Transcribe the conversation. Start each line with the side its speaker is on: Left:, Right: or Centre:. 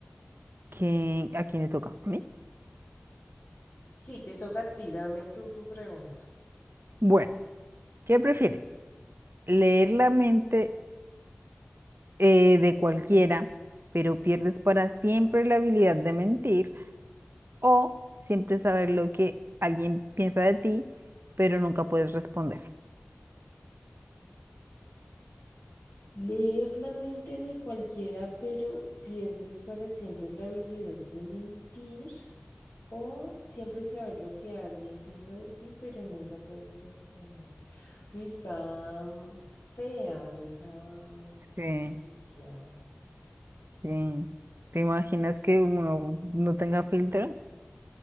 Right: ¿qué- a quién le toca? ¿A mí?
Left: Sí, te toca a ti, dame tú tu pregunta.
Right: Bueno, ¿qué prefieres? ¿Leer la mente eh, de cualquiera, pero pierdes para siempre la habilidad de mentir? O siempre saber lo que alguien piensa de ti, pero nunca puedes responder.
Left: Leer la mente de cualquiera, pero pierdes para siempre la habilidad de mentir, o siempre saber lo que alguien piensa de ti, pero nunca puedes responder. Uy, está mm, fea esa
Right: Sí,
Left: trivia.
Right: sí. ¿Te imaginas que uno no tenga filtro?